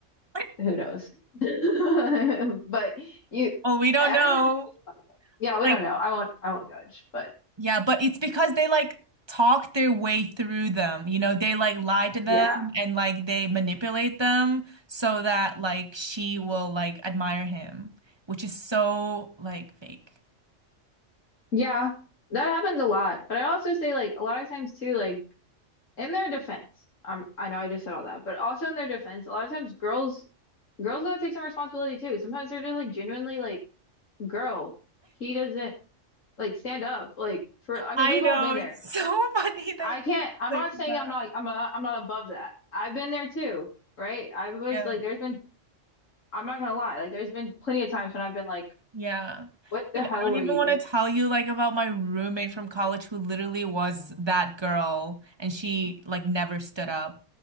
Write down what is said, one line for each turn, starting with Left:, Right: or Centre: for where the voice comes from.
Right: <laughs>
Left: who knows? <laughs> But you,
Right: Well, we don't
Left: I
Right: know.
Left: think that's just a funny thing. Yeah, we
Right: Like,
Left: don't know. I won't, I won't judge. But
Right: yeah, but it's because they like talk their way through them. You know, they like lie to them
Left: yeah,
Right: and like they manipulate them so that like she will like admire him, which is so like fake.
Left: yeah, that happens a lot. But I also say like a lot of times too, like in their defense, um, I know I just said all that, but also in their defense, a lot of times girls, girls gotta take some responsibility too. Sometimes they're just like genuinely like, girl, he doesn't like stand up like for. I mean,
Right: I
Left: we've
Right: know.
Left: all been there.
Right: It's so <laughs> funny that
Left: I
Right: you
Left: can't.
Right: just
Left: I'm
Right: say
Left: not saying
Right: that.
Left: I'm not. I'm. i I'm not above that. I've been there too right? I was
Right: Yeah.
Left: like, there's been I'm not gonna lie. Like, there's been plenty of times when I've been like,
Right: Yeah.
Left: "What the
Right: Dude,
Left: hell
Right: I don't
Left: were
Right: even
Left: you
Right: want
Left: doing?"
Right: to tell you like about my roommate from college who literally was that girl and she like never stood up.